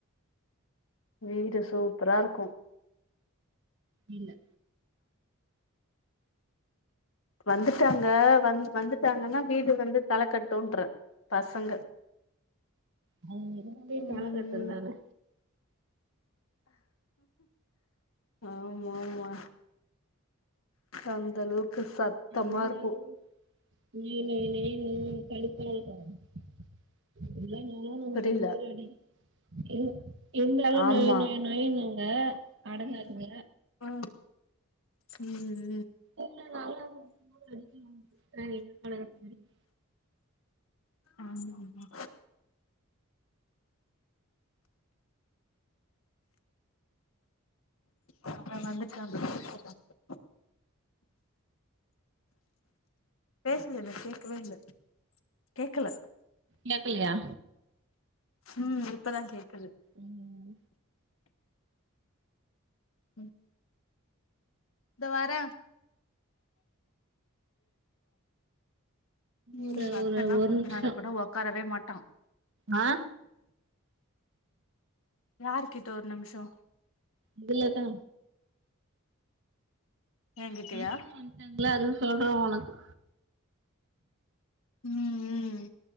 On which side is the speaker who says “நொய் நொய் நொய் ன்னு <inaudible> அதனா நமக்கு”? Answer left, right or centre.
Right